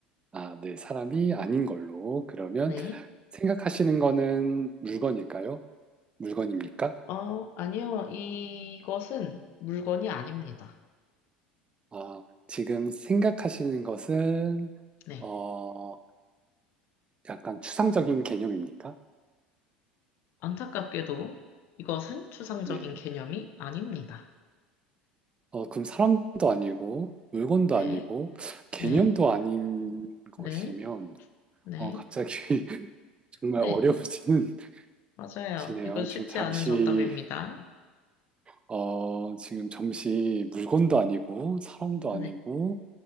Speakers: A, on the right; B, on the left.
A: 아, 네, 사람이 아닌 걸로. 그러면
B: 네.
A: 생각하시는 거는 물건일까요? 물건입니까?
B: 어, 아니요. 이것은 물건이 아닙니다.
A: 아, 지금 생각하시는 것은
B: 네.
A: 어, 약간 추상적인 개념입니까?
B: 안타깝게도 이것은 추상적인
A: 네.
B: 개념이 아닙니다.
A: 어, 그럼 사람도 아니고 물건도
B: 네.
A: 아니고 개념도
B: 네,
A: 아닌 것이면
B: 네, 네,
A: 어, 갑자기 <laughs> 정말
B: 네,
A: 어려워지는
B: 맞아요.
A: 지네요.
B: 이건 쉽지
A: 지금 잠시
B: 않은 정답입니다.
A: 어, 지금 잠시 물건도 아니고 사람도
B: 네,
A: 아니고